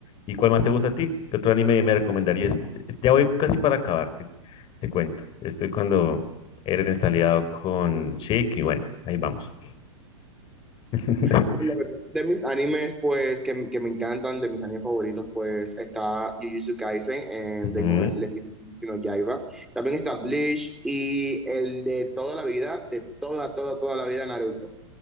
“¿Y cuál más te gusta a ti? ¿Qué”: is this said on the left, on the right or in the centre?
Left